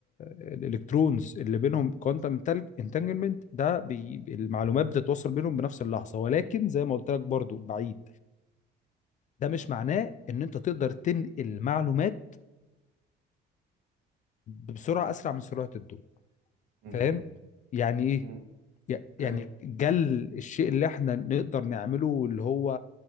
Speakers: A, on the left (about 40°); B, on the right (about 80°).
A: الالكترونز اللي بينهم كوانتم انتانجلمنت ده بي المعلومات بتتوصل بينهم بنفس اللحظه ولكن زي ما قلت لك برضو بعيد ده مش معناه ان انت تقدر تنقل معلومات بسرعة أسرع من سرعة الضوء
B: امم
A: فاهم يعني إيه
B: امم
A: يع- يعني
B: ايوه
A: جل الشيء اللي احنا نقدر نعمله اللي هو